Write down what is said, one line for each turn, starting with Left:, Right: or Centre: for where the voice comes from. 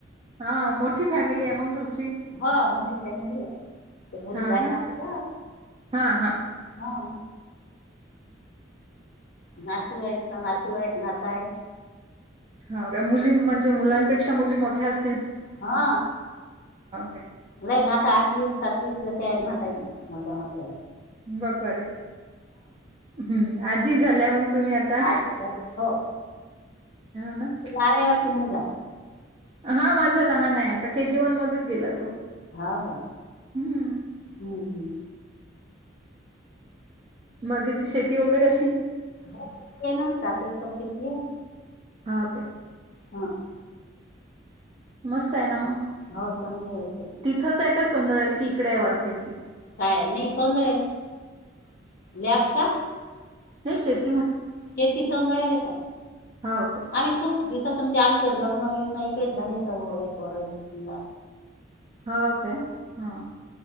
Right: हा मोठी फॅमिली आहे मग तुम
Left: हा मोठी फॅमली आहे. मुली
Right: हाव
Left: झाल्या
Right: ना
Left: आगोदर
Right: हा हा
Left: हा नातू आहेत ना नातू आहेत नाताय
Right: हो का मुली म्हणजे मुलांपेक्षा मुली मोठ्या असतात
Left: हा
Right: काय
Left: लई नाता आठवी सातवीस चार नाता आहे मोठा चार
Right: बपर आहे हम्म आजी झाल्या मग तुम्ही आता
Left: आजी झाली हो
Right: ना?
Left: तुला आहे वाटते मुलगा
Right: हा माझं लहान आहे आता के जी वन मध्येच गेला तो
Left: हो का
Right: हम्म
Left: हम्म हम्म
Right: मग इथे शेती वगैरे अ
Left: हो ना सात एकर शेती आहे.
Right: हाव काय?
Left: हा.
Right: मस्त आहे ना मग
Left: हो चांगली आहे तरी
Right: तिथंच आहे काय सोंदळल की इकडे वार खेडले
Left: काय नाही सोधळेला लप का
Right: लय शेती
Left: शेती सौंदळेले
Right: हाव काय?
Left: आम्ही खूप दिवसाचं म्हणजे आमचं लग्न विग्न इकडेच झाले सर्व एक वरायच-
Right: हा काय हा